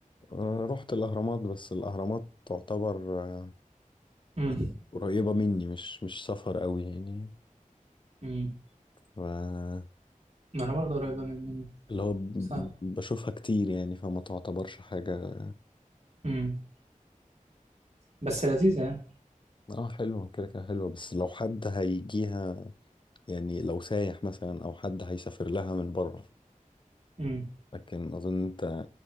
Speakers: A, on the left; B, on the right.
A: آه، رحت الأهرامات بس الأهرامات تعتبر آه،
B: امم
A: يعني قريبة مني مش مش سفر قوي يعني
B: امم
A: ف
B: ما انا برضه قريبة مني يعني،
A: اللي هو ب- ب-
B: صح
A: بشوفها كتير يعني فما تعتبرش حاجة
B: امم بس لذيذة يعني
A: اه حلوة كده كده حلوة بس لو حد هيجيها يعني لو سايح مثلا أو حد هيسافر لها من بره
B: امم
A: لكن أظن أنت